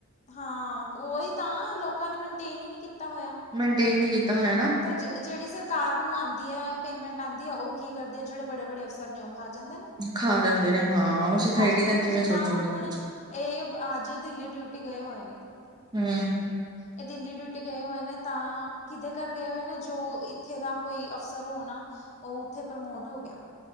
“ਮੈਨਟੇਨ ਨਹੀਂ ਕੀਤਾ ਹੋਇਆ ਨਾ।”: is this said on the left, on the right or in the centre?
Right